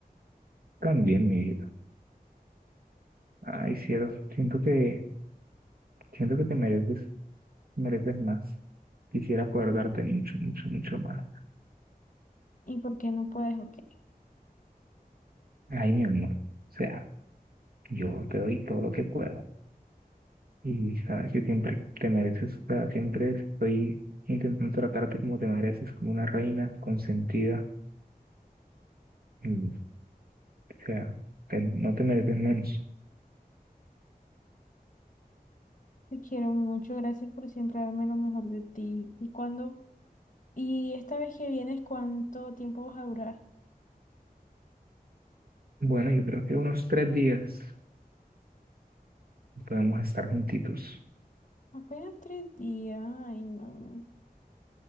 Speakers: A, on the right; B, on the left.
A: También, mi vida. Ay, cielo, siento que, siento que te mereces, mereces más. Quisiera poder darte mucho, mucho, mucho más.
B: ¿Y por qué no puedes? Ok.
A: Ay, mi amor. O sea, yo te doy todo lo que puedo. Y sabes que siempre te mereces, o sea, siempre estoy intentando tratarte como te mereces, como una reina consentida. y, o sea, te- no te mereces menos.
B: Te quiero mucho, gracias por siempre darme lo mejor de ti. ¿Y cuándo? Y esta vez que vienes, ¿cuánto tiempo vas a durar?
A: Bueno, yo creo que unos tres días podemos estar juntitos.
B: Apenas tres días. Ay, no.